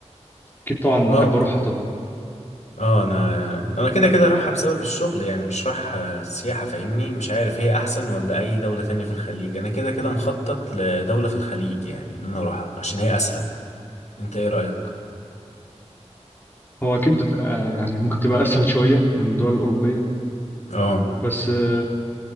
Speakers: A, on the left (about 20°); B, on the left (about 80°).
A: أكيد طبعا
B: اه
A: أحب أروحها طبعا
B: اه انا انا كده كده رايحه بسبب الشغل يعني مش رايح آه، سياحه فاهمني مش عارف هي احسن ولا اي دوله تانية في الخليج انا كده كده مخطط لدوله في الخليج يعني ان انا اروحها عشان هي اسهل انت ايه رايك
A: هو أكيد آه، يعني ممكن تبقى أسهل شوية من الدول الأوروبية
B: اه
A: بس آه،